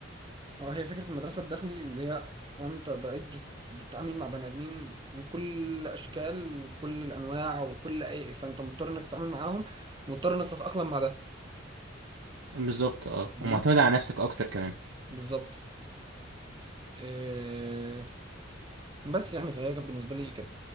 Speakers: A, on the right; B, on the right.
A: اه هي فكرة المدرسة الداخلي اللي هي فاهم انت بقيت بت- بتتعامل مع بني آدمين من كل الأشكال وكل الأنواع وكل أي فأنت مضطر إنك تتعامل معاهم مضطر إنك تتأقلم مع ده
B: بالظبط اه
A: فاهمني
B: ومعتمد على نفسك اكتر كمان
A: بالظبط إيه بس يعني فهي كانت بالنسبة لي كانت